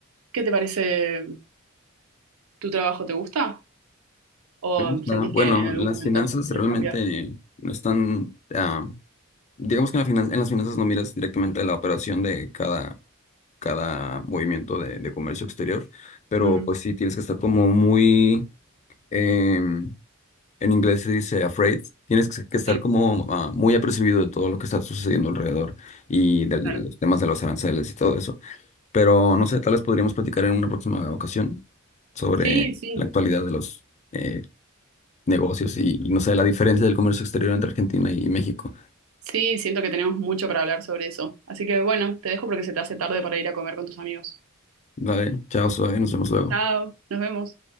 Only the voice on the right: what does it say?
¿qué te parece? ¿Tu trabajo te gusta? ¿O
sentís
que en algún
momento
quieres
cambiar?
Ujú,
Sí,
claro.
Sí, sí.
Sí, siento que tenemos mucho para hablar sobre eso. Así que bueno, te dejo porque se te hace tarde para ir a comer con tus amigos.
Chao, nos vemos.